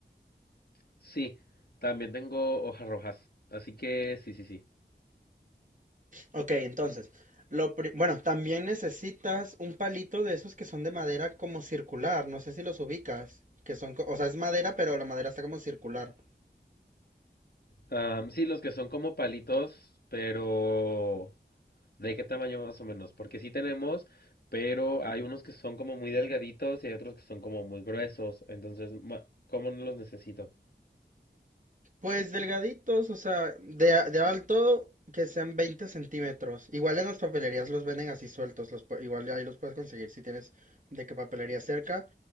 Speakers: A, on the left; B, on the right.
A: Sí, también tengo hojas rojas. Así que sí, sí, sí.
B: Ok, entonces, lo pri- bueno, también necesitas un palito de esos que son de madera como circular. No sé si los ubicas. Que son, co- o sea, es madera, pero la madera está como circular.
A: Am, sí, los que son como palitos, pero ¿de qué tamaño más o menos? Porque sí tenemos, pero hay unos que son como muy delgaditos y hay otros que son como muy gruesos. Entonces, ma- ¿cómo no los necesito?
B: Pues delgaditos, o sea, de, a- de alto que sean 20 centímetros. Igual en las papelerías los venden así sueltos, los, pu- igual ahí los puedes conseguir si tienes de qué papelería cerca.